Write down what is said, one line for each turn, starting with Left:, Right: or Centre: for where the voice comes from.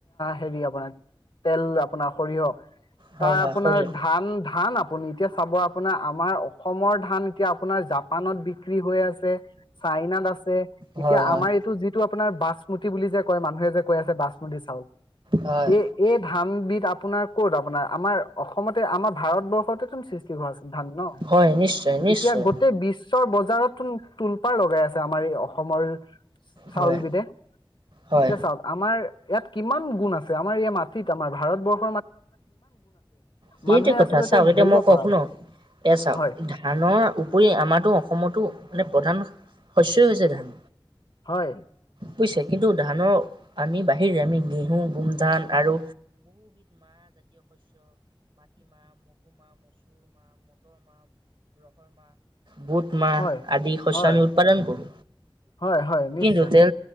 Left: হেৰি আপোনাৰ তেল আপোনাৰ সৰিয়
Right: হয়
Left: তাৰ
Right: হয়
Left: আপোনাৰ
Right: সৰিয়হ
Left: ধান, ধান আপ আপুনি এতিয়া চাব আপোনাৰ আমাৰ অসমৰ ধান এতিয়া আপোনাৰ জাপ জাপানত বিক্ৰী হৈ আছে, চাইনাত আছে এতিয়া
Right: হয় হয়
Left: আমাৰ এইটো যিটো আপোনাৰ বাচমতি বুলি যে কয় মানুহে যে কৈ আছে বাচমতি চাউল
Right: হয়
Left: এই এই ধানবিধ আপোনাৰ ক'ত, আপোনাৰ আমাৰ অসমতে, আমাৰ ভাৰতবৰ্ষতে সৃষ্টি হোৱা আছিল ধান ন'
Right: হয় নিশ্চয় নিশ্চয়
Left: এতিয়া গোটেই বিশ ৰ বজাৰত তুলপাৰ লগাই আছে আমাৰ এই অসমৰ চাউলবিদে
Right: হয় হয়
Left: এতিয়া চাওঁক আমাৰ ইয়াত কিমান গুণ আছে, আমাৰ ইয়াত মাটিত, আমাৰ ভাৰতবৰ্ষ
Right: সেইটা
Left: মানুহে
Right: কথা
Left: আচলতে
Right: চাওক এতিয়া
Left: ধৰিব
Right: মই কওঁ
Left: পৰা
Right: শুনক
Left: নাই
Right: এয়া চাওক
Left: হয়
Right: ধানৰ উপৰি আমাৰো অসমতো মানে প্ৰধান শস্যই হৈছে ধান।
Left: হয়।
Right: বুজিছে, কিন্তু ধানৰ আমি বাহিৰে, আমি গেহু গোমধান আৰু বুট, মাহ
Left: হয়
Right: আদি শস্য
Left: হয়
Right: আমি উৎপাদন কৰো,
Left: হয় হয় নিশ্চয়
Right: কিন্তু প্ৰে